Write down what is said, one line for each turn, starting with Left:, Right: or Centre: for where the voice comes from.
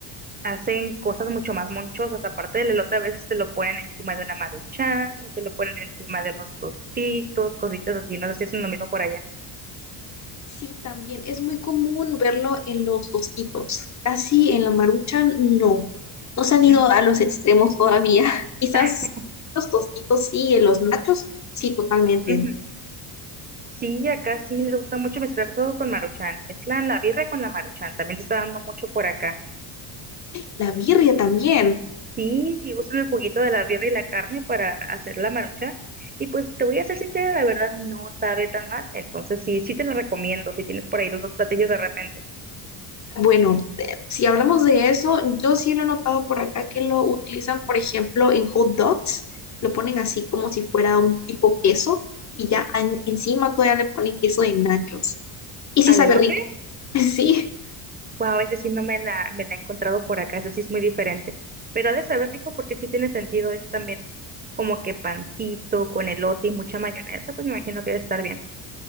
Right: hacen cosas mucho más monchosas. Aparte del elote, a veces te lo ponen encima de una maruchan o te lo ponen encima de unos tostitos, cositas así. No sé si hacen lo mismo por allá.
Left: Sí, también es muy común verlo en los osquitos, casi en la marucha no. No se han
Right: ¿no?
Left: ido a los extremos todavía. <laughs> Quizás
Right: <laughs>
Left: los tostitos sí, en los nachos sí, totalmente.
Right: Ujú. Sí, acá sí les gusta mucho mezclar todo con maruchan. Mezclan la birria con la maruchan. También se está dando mucho por acá.
Left: La birria también.
Right: Sí, y usan el juguito de la birra y la carne para hacer la maruchan. Y pues te voy a ser sincera, la verdad no sabe tan mal. Entonces sí, sí te lo recomiendo si tienes por ahí los dos platillos de repente.
Left: Bueno, eh, si hablamos de eso, yo sí lo he notado por acá que lo utilizan, por ejemplo, en hot dogs. Lo ponen así como si fuera un tipo queso y ya en- encima todavía le ponen queso de nachos. Y sí
Right: Al
Left: sabe
Right: elote,
Left: rico, <laughs> sí.
Right: wow, ese sí no me la, me la he encontrado por acá, ese sí es muy diferente. Pero ha de saber rico porque sí tiene sentido, es también como que pancito con elote y mucha mayonesa, pues me imagino que debe estar bien.